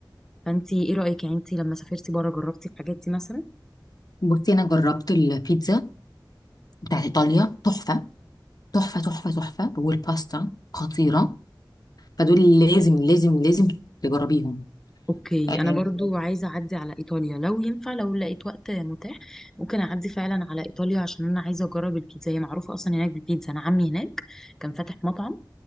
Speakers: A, in the centre; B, on the left.
A: فانتي ايه رايك يعني انتي لما سافرتي بره جربتي الحاجات دي مثلا
B: بصي انا جربت البيتزا بتاعت ايطاليا تحفة تحفة تحفة تحفة والباستا خطيرة فدول لازم لازم لازم تجربيهم
A: اوكي
B: آه.
A: انا برضو عايزه اعدي على ايطاليا لو ينفع لو لقيت وقت متاح ممكن اعدي فعلا على ايطاليا عشان انا عايزه اجرب البيتزا هي معروفه اصلا هناك بالبيتزا انا عمي هناك كان فاتح مطعم